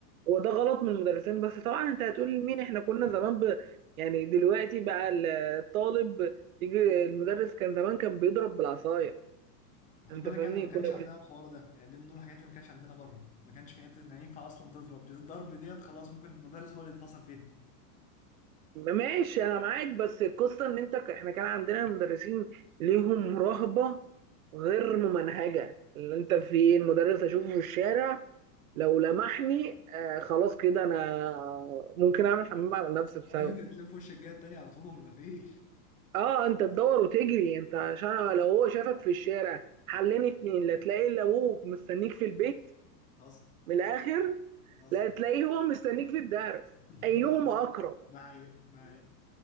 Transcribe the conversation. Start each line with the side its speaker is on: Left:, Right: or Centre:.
Right: هو ده غلط من المدرسين بس طبعا انت هتقول لمين احنا كنا زمان ب... يعني دلوقتي بقى الطالب يجي المدرس كان زمان كان بيضرب بالعصايه
Left: خد
Right: انت
Left: بالك
Right: فاهمني
Left: احنا ما
Right: كنا
Left: كانش عندنا الحوار ده يعني دي من ضمن الحاجات اللي ما كانش عندنا بره ما كانش في حتة ان ينفع اصلا تضرب دي الضرب ديت خلاص ممكن المدرس هو اللي يتفصل فيها
Right: ماشي انا معاك بس القصه ان انت ك- احنا كان عندنا مدرسين ليهم رهبه غير ممنهجه اللي انت في المدرس اشوفه في الشارع لو لمحني آه خلاص كده انا ممكن اعمل حمام على نفسي بسبب
Left: <laughs> تلف وش الجهة التانية على طول ما فيش
Right: اه انت تدور وتجري انت عشان لو هو شافك في الشارع حلين اتنين لا تلاقي الا ابوك مستنيك في البيت
Left: حصل
Right: من الاخر
Left: حصل
Right: لا تلاقيه هو مستنيك في الدرس
Left: <laughs>
Right: ايهما
Left: حصل
Right: اقرب
Left: ده حقيقة ده حقيقة